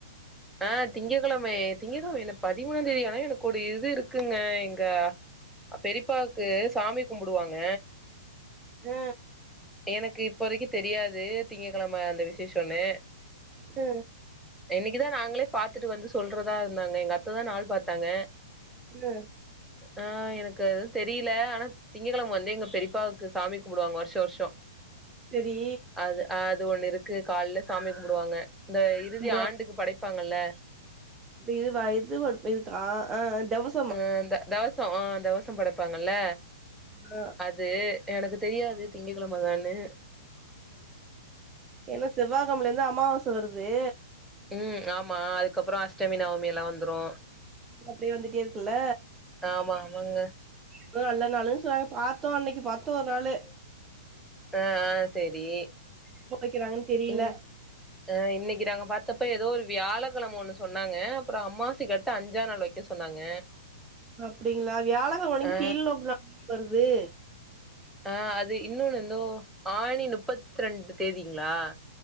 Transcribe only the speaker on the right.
ஆ
அ
ம் ல
செரி
இதுவா
இதுவா இது ஒரு இது க ஆ தவுச
ஆ
ஏன்னா செவ்வகெழமைல இருந்து அம்மாவாச வருது
அப்டியே வந்துட்டே இருக்குல்ல
எதோ நல்ல நாள்னு சொன்னாங்க பாத்தோ அன்னைக்கு பாத்தோ ஒரு நாளு
எப்ப வெக்கிறாங்கன்னு தெரியல
அப்டிங்களா வியாழகெழம அன்னைக்கி
கீழ் நோக்கு நாள் தானே வருது